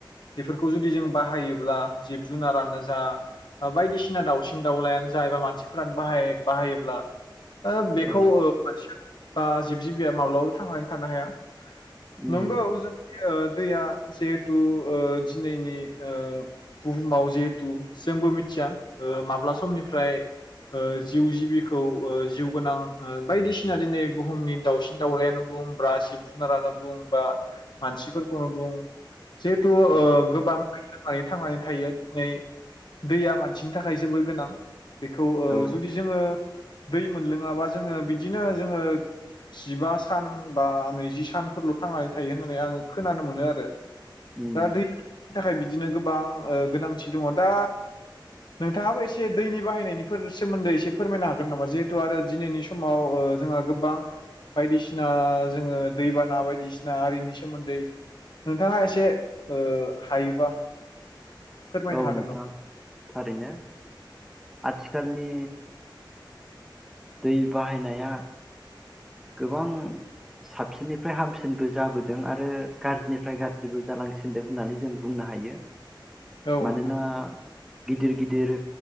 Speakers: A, on the left (about 65°); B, in the centre.
A: बेफोरखौ जुदि जों बाहायोब्ला जिब जुनारानो जा बा बायदिसिना दाावसिन दाउलायानो जा एबा मानसिफोरानो बाहाय बाहायोब्ला ओ बेखौ
B: औ
A: ओ मोन बा जिब जिबिया माब्लाबाबो थांनानै थानो हाया
B: उम
A: नोंगौ जों दैया जिहेथु ओ दिनैनि ओ बुहुमाव जिहेथु जोंबो मिथिया ओ माब्ला समनिफ्राय ओ जिउ जिबिखौ ओ जिउ गोनां बायदिसिना दिनै बुहुमनि दाउसिन दाउलायानो बुं बा जिब जुनारानो बुं बा मानसिफोरखौनो बुं जिहेथु ओ
B: औ
A: गोबां लोंनानै थांनानै दिनै दैया मानसिनि थाखाय जोबोर गोनां। बेखौ ओ
B: औ
A: जुदि जोङो दै मोनलोङाबा जोङो बिदिनो जोङो जिबा सान बा नैजि सानफोरल' थांनानै थायो होननानै आङो खोनानो मोनो आरो।
B: उम
A: दा दैनि थाखाय बिदिनो गोबां ओ गोनांथि दङ दा नोंथाङाबो एसे दैनि बाहायनायनिफोर सोमोन्दै एसे फोरमायनो हागोन नामा जिहेथु आरो दिनैनि समाव जोंहा गोबां बायदिसिना जोङो दैबाना बायदिसिना आरिनि सोमोन्दै नोंथाङा एसे ओ हायोबा फोरमायनो
B: औ
A: हागोन
B: नोंथां थारैनो। आथिखालनि दै बाहायनाया गोबां साबसिननिफ्राय हामसिनबो जाबोदों आरो गाज्रिनिफ्राय गाज्रिबो जालांसिनदों होननानै जों बुंनो हायो।
A: नामा औ
B: मानोना
A: नोंथां
B: गिदिर गिदिर